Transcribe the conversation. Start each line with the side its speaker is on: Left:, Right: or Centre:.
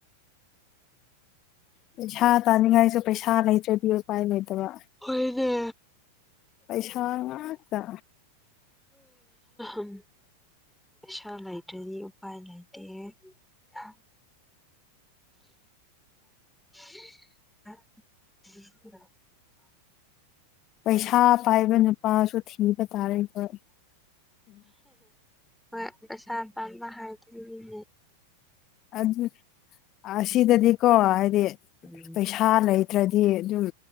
Left: ꯄꯩꯁꯥ ꯇꯥꯅꯤꯡꯉꯥꯏꯁꯨ ꯄꯩꯁꯥ ꯂꯩꯇ꯭ꯔꯗꯤ ꯎꯄꯥꯏ ꯂꯩꯇꯕ
Centre: ꯍꯣꯏꯅꯦ
Left: ꯄꯩꯁꯥ ꯉꯥꯛꯇ
Centre: ꯎ ꯄꯩꯁꯥ ꯂꯩꯇ꯭ꯔꯗꯤ ꯎꯄꯥꯏ ꯂꯩꯇꯦ ꯍꯥ <unintelligible>
Left: ꯄꯩꯁꯥ ꯄꯥꯏꯕ ꯅꯨꯄꯥꯁꯨ ꯊꯤꯕ ꯇꯥꯔꯦꯀꯣ
Centre: ꯍꯣꯏ ꯄꯩꯁꯥ ꯄꯥꯝꯕ ꯍꯥꯏꯗꯤ
Left: ꯑꯗꯨ ꯑꯁꯤꯗꯗꯤꯀꯣ ꯍꯥꯏꯗꯤ
Centre: ꯎꯝ
Left: ꯄꯩꯁꯥ ꯂꯩ ꯇ꯭ꯔꯗꯤ ꯑꯗꯨꯝ